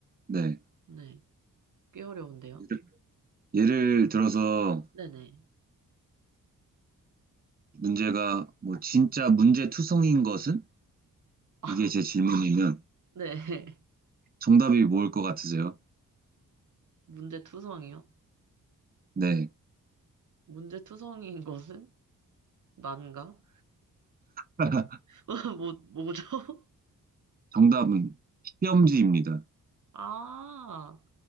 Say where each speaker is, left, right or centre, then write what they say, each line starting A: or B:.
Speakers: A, on the right (about 25°); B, on the right (about 55°).
A: 네.
B: 네, 꽤 어려운데요?
A: 예를, 예를 들어서
B: 네네.
A: 문제가 뭐 진짜 문제투성인 것은?
B: 아,
A: 이게 제 질문이면
B: 네. <laughs>
A: 정답이 뭘 것 같으세요?
B: 문제투성이요?
A: 네.
B: 문제투성이인 것은? 난가?
A: <laughs>
B: <laughs> 뭐, 뭐죠? <laughs>
A: 정답은 시험지입니다.
B: 아,